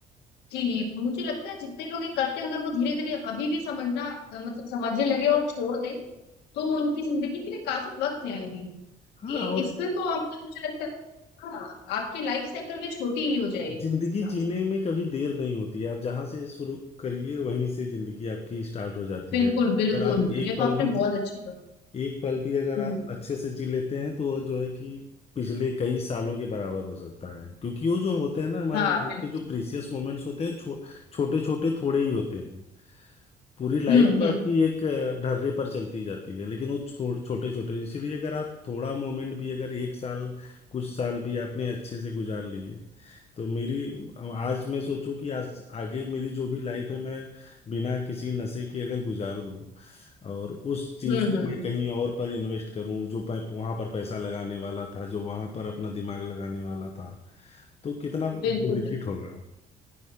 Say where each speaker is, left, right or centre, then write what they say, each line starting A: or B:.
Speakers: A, on the left (about 85°); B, on the left (about 35°).
A: चीज मुझे लगता है जितने लोग ये करते हैं अगर वो धीरे धीरे अभी भी समझना अ, मतलब समझने लगे और छोड़ दे तो उनकी जिंदगी के लिए काफी वक्त है अभी
B: हाँ
A: ए-
B: और
A: इसमें तो आपने मुझे लगता है हाँ आपकी लाइफ साइकिल भी छोटी ही हो जाएगी इस
B: जिंदगी
A: हिसाब
B: जीने
A: से
B: में कभी देर नहीं होती है आप जहां से शुरू करिए वहीं से जिंदगी आपकी स्टार्ट हो जाती
A: बिल्कुल
B: है अगर
A: बिल्कुल
B: आप एक
A: ये तो
B: पल
A: आपने
B: भी जी-
A: बहुत अच्छी बात
B: एक पल भी अगर
A: हम्म
B: आप अच्छे से जी लेते हैं तो वो जो है कि पिछले कई सालों के बराबर हो सकता है क्योंकि वो जो होते हैं ना हमारे
A: हाँ
B: लाइफ
A: बिल्कुल
B: के जो प्रीसियस मोमेंट्स होते हैं छो, छोटे छोटे थोड़े ही होते हैं पूरी लाइफ
A: हम्म
B: तो
A: हम्म
B: आपकी एक अ, ढर्रे पर चलती जाती है लेकिन वो थो, छोटे छोटे इसीलिए अगर आप थोड़ा मोमेंट भी अगर एक साल कुछ साल भी आपने अच्छे से गुजार लिए तो मेरी आज मैं सोचूं कि आज आगे मेरी जो भी लाइफ है मैं बिना किसी नशे के अगर गुजार दूं और उस चीज
A: हम्म
B: को
A: हम्म
B: मैं कहीं और पर इन्वेस्ट करूं जो मैं वहां पर पैसा लगाने वाला था जो वहां पर अपना दिमाग लगाने वाला था तो कितना
A: बिल्कुल
B: बेनिफिट
A: बिल्कुल
B: होगा